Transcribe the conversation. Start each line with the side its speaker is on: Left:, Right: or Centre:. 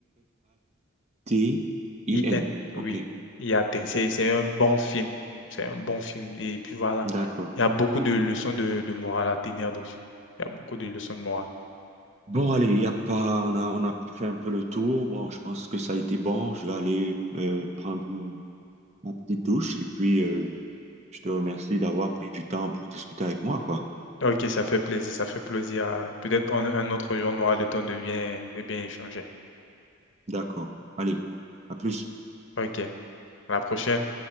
Right: Y-Y-A-T-I-N.
Left: IN,
Right: Ok.
Left: oui. il atteint c'est c'est un bon film. C'est un bon film. Et puis voilà,
Right: D'accord.
Left: il y a beaucoup de leçons de, de morale à tenir dessus. Il y a beaucoup de leçons de morale.
Right: Bon, allez, y a pas, on a, on a fait un peu le tour. Bon, je pense que ça a été bon. Je vais aller euh, prendre euh, ma petite douche et puis euh, je te remercie d'avoir pris du temps pour discuter avec moi, quoi.
Left: Ok, ça fait plaisir, ça fait plaisir. Peut-être un un autre jour, on aura le temps de bien, de bien échanger.
Right: D'accord. Allez, à plus.
Left: Ok, à la prochaine.